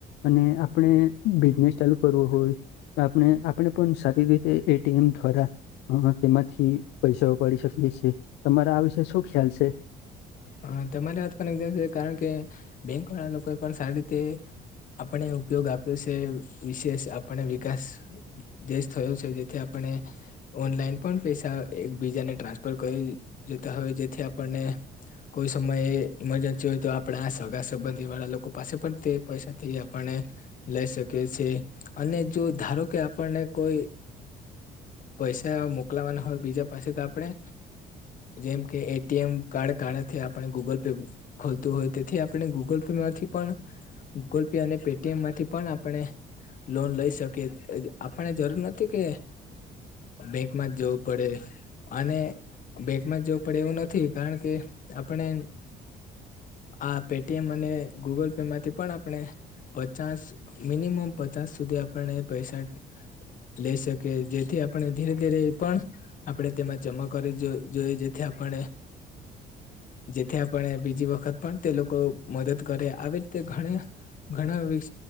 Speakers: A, on the left; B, on the left.
A: અને આપણે બિઝનેસ ચાલુ કરવો હોય. તો આપણે આપણે પણ સારી રીતે એટીએમ દ્વારા અમે તેમાંથી પૈસા ઉપાડી શકીએ છીએ તમારા આ વિષ શું ખ્યાલ છે.
B: હ તમારી વાત પણ એક કારણ કે બેંક વાળા લોકો પણ સારી રીતે આપણે ઉપયોગ આપ્યો છે. <unintelligible> વિશેષ આપણે વિકાસ દેશ થયો છે જેથી આપણે ઓનલાઈન પણ પૈસા એકબીજાને ટ્રાન્સફર કરી જોતા હોય જેથી આપણને કોઈ સમયે ઈમરજન્સી હોય તો આપણા સગા સંબંધી વાળા લોકો પાસે પણ તે પૈસાથી આપને લઈ શકે છે અને જો ધારો કે આપણને કોઈ પૈસા મોકલાવાના હોય બીજા પાસે તો આપણે જેમ કે એટીએમ કાડૅ કાડૅથી આપણે ગૂગલ પે ખોલતું હોય તેથી આપણે ગૂગલ પે માંથી પણ ગૂગલ પે અને પેટીએમમાંથી પણ આપણે લોન લઈ શકીએ આપણને જરૂર નથી કે બેંક માં જ જવું પડે અને બેંક માં જ જવું પડે એવું નથી. કારણ કે આપણે આ પેટીએમ અને ગૂગલ પે માંથી પણ આપણે પચાસ મિનિમમ પચાસ સુધી આપણને પૈસા લઈ શકે જેથી આપણે ધીરે ધીરે પણ આપણે તેમાં જમા કરી જોઈ જોઈએ જેથી આપણે જેથી આપણે બીજી વખત પણ તે લોકો મદદ કરે આવી રીતે ઘણા ઘણા વિક